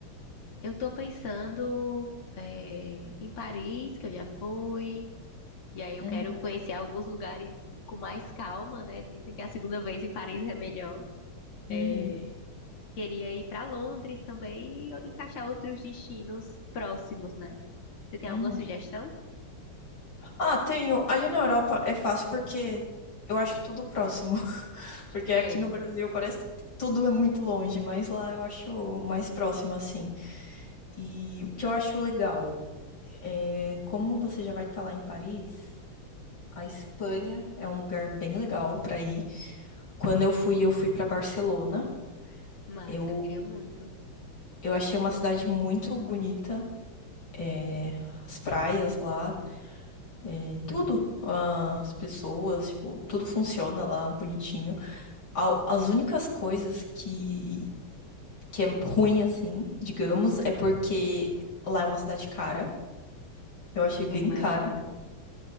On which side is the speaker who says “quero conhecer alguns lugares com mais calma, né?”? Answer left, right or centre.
Left